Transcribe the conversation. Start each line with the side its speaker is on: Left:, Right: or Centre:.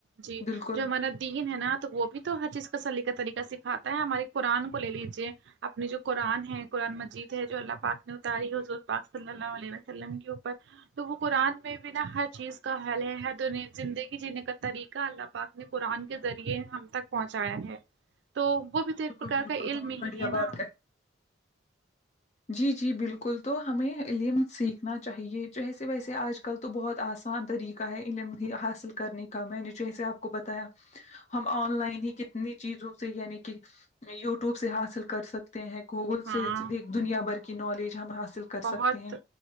Right: جی
Left: بالکل
Right: جو ہمارا دین ہے نا تو وہ بھی تو ہر چیز کاسلیقہ طریقہ سکھاتا ہے ہماری قرآن کو لے لیجیے اپنی جو قرآن ہے قرآن مجید ہے جو اللہ پاک نے اتاری حضور پاک صلی اللہ علیہ وسلم کے اوپر تو وہ قرآن میں بھی نا ہر چیز کا حل ہے زندگی جینے کا طریقہ اللہ پاک نے قرآن کے ذریعے ہم تک پہنچایا ہے تو وہ بھی
Left: بالکل
Right: تو ایک پرکار
Left: بالکل
Right: کا علم
Left: بہت
Right: ہی
Left: بڑھیا
Right: ہے
Left: بات
Right: نا
Left: جی جی بالکل تو ہمیں علم سک نا چاہیے جیسے ویسے آج کل تو بہت آسان طریقہ ہے علم ہی حاصل کرنے کا میں جیسے آپ کو بتایا ہم آن لائن ہی کتنی چیزوں سے یعنی کہ یوٹیوب سے حاصل کر سکتے ہیں گوگل
Right: ہاں
Left: سے دنیا بھر کی نالج ہم حاصل کر
Right: بہت
Left: سکتے ہیں